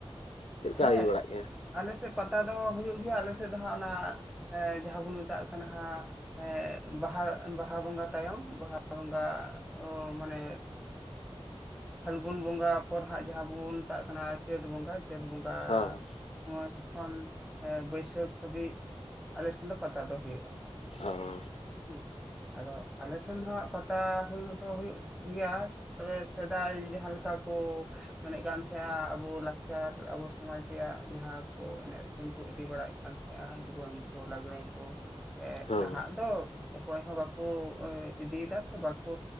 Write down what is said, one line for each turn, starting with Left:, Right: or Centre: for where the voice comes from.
Left: ᱪᱮᱫ ᱞᱮᱠᱟ
Centre: ᱦᱮᱸ
Left: ᱦᱩᱭ ᱵᱟᱲᱟᱜ ᱜᱮᱭᱟ
Centre: ᱟᱞᱮᱥᱮᱫ ᱯᱟᱛᱟ ᱫᱚ ᱦᱩᱭᱩᱜ ᱜᱮᱭᱟ, ᱟᱞᱮ ᱥᱮᱫ ᱫᱚ ᱦᱟᱸᱜ ᱚᱱᱟ ᱮᱸ ᱡᱟᱦᱟᱸ ᱵᱚᱱ ᱢᱮᱛᱟᱜ ᱠᱟᱱᱟ ᱦᱟᱜ ᱮᱸ ᱵᱟᱦᱟ ᱵᱟᱦᱟ ᱵᱚᱸᱜᱟ ᱛᱟᱭᱚᱢ ᱵᱟᱦᱟ ᱵᱚᱸᱜᱟ ᱚ ᱢᱟᱱᱮ ᱯᱷᱟᱹᱞᱜᱩᱱ ᱵᱚᱸᱜᱟ ᱯᱚᱨ ᱡᱟᱦᱟᱸ ᱵᱚᱱ ᱢᱮᱛᱟᱜ ᱠᱟᱱᱟ ᱪᱟᱹᱛ ᱵᱚᱸᱜᱟ ᱪᱟᱹᱛ ᱵᱚᱸᱜᱟᱻ
Left: ᱦᱚᱸ
Centre: ᱥᱚᱢᱚᱱ ᱠᱷᱚᱱ ᱵᱟᱹᱭᱥᱟᱹᱠᱷ ᱦᱟᱹᱵᱤᱡ ᱟᱞᱮ ᱥᱮᱱ ᱫᱚ ᱯᱟᱛᱟ ᱫᱚ ᱦᱩᱭᱩᱜᱼᱟ᱾
Left: ᱚᱻ
Centre: ᱦᱩᱸ ᱟᱫᱚ ᱟᱞᱮᱥᱮᱱ ᱫᱚ ᱦᱟᱸᱜ ᱯᱟᱛᱟ ᱦᱩᱭ ᱫᱚ ᱦᱩᱭᱩᱜ ᱜᱮᱭᱟ, ᱛᱚᱵᱮ ᱥᱮᱫᱟᱭ ᱡᱟᱦᱟᱸ ᱞᱮᱠᱟ ᱠᱚ ᱢᱮᱱᱮᱫ ᱠᱟᱱ <unintelligible> ᱟᱵᱚ ᱞᱟᱠ ᱪᱟᱨ ᱟᱵᱚ ᱥᱚᱢᱟᱡ ᱨᱮᱭᱟᱜ ᱡᱟᱦᱟᱸ ᱠᱚ ᱮᱱᱮᱡ ᱥᱮᱨᱮᱧ ᱠᱚ ᱤᱫᱤ ᱵᱟᱲᱟᱭᱮᱫ ᱠᱟᱱ ᱛᱟᱦᱮᱸᱜᱼᱟ, ᱟᱫᱚ ᱵᱚᱱ ᱠᱚ ᱞᱟᱜᱽᱲᱮ ᱠᱚ, ᱮᱜ
Left: ᱦᱚᱸ
Centre: ᱱᱟᱦᱟᱜ ᱫᱚ ᱚᱠᱚᱭ ᱦᱚᱸ ᱵᱟᱠᱚ ᱤᱫᱤᱭ ᱫᱟ ᱥᱮ, ᱵᱟᱠᱚ